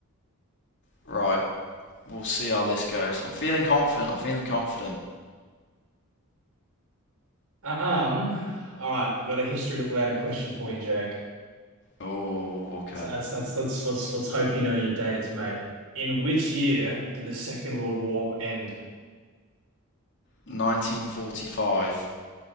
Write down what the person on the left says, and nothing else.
Right. We'll see how this goes. I'm feeling confident. I'm feeling confident.
Oh, okay.
1945.